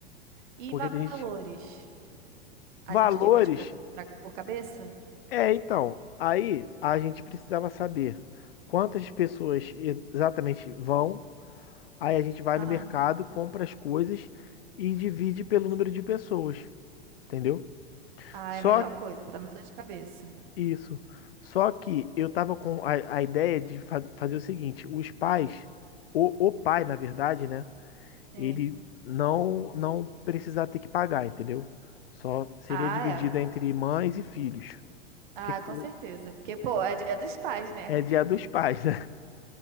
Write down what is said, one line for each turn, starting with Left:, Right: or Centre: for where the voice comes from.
Right: E
Left: Porque tem
Right: valores?
Left: gente.
Right: A
Left: Valores.
Right: gente divide pra, pra- por cabeça?
Left: É, então, aí a gente precisava saber quantas pessoas exatamente vão. Aí a gente vai
Right: Aham.
Left: no mercado, compra as coisas e divide pelo número de pessoas, entendeu?
Right: Ah,
Left: Só
Right: é a melhor coisa, pra não dar dor de cabeça.
Left: isso. Só que eu tava com a, a ideia de fa- fazer o seguinte: os pais, o, o pai, na verdade, né?
Right: Sim.
Left: Ele não não precisar ter que pagar, entendeu? Só seria
Right: Ah,
Left: dividida
Right: é.
Left: entre mães e filhos.
Right: Ah,
Left: Que, que-
Right: com certeza. Porque, pô, é dia dos pais, né?
Left: é dia dos pais, né?